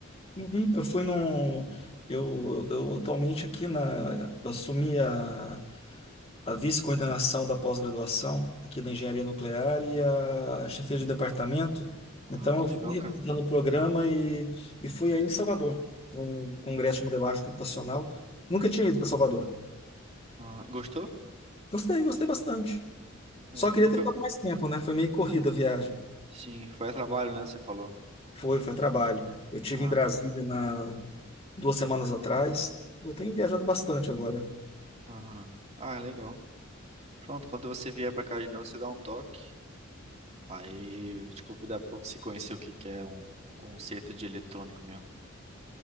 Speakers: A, on the left; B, on the right.
A: Uhum. Eu fui num, eu, eu atualmente aqui na, eu assumi a, a vice-coordenação da pós-graduação aqui da Engenharia Nuclear e a chefia de departamento.
B: Ah,
A: Então,
B: que
A: eu
B: legal,
A: fui representando
B: cara.
A: o programa e, e fui aí em Salvador, num congresso de modelagem computacional. Nunca tinha ido para Salvador.
B: Ah, gostou?
A: Gostei, gostei bastante. Só
B: É,
A: queria
B: eu nunca.
A: ter ficado mais tempo, né? Foi meio corrida a viagem.
B: Sim, foi a trabalho, né? Você falou.
A: Foi, foi trabalho. Eu tive
B: Ah,
A: em Brasília na duas semanas atrás. Eu tenho viajado bastante agora.
B: aham. Ah, legal. Pronto, quando você vier pra cá de novo, você dá um toque. Aí eu te convidar pra você conhecer o que que é um concerto de eletrônico mesmo.